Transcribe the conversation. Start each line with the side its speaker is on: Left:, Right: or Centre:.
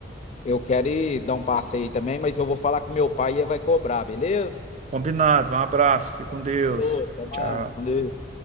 Left: Eu quero ir dar um passeio também, mas eu vou falar com meu pai e ele vai cobrar, beleza?
Right: Combinado. Um abraço. Fique com Deus.
Left: Falou, até mais.
Right: Tchau.
Left: com Deus.